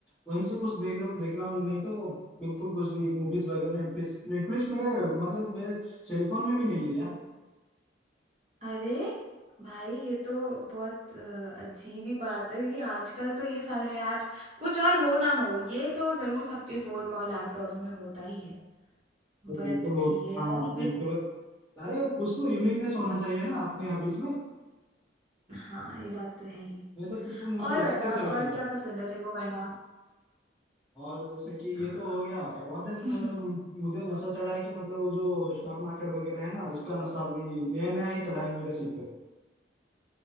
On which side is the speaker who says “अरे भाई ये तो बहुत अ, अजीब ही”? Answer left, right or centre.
Right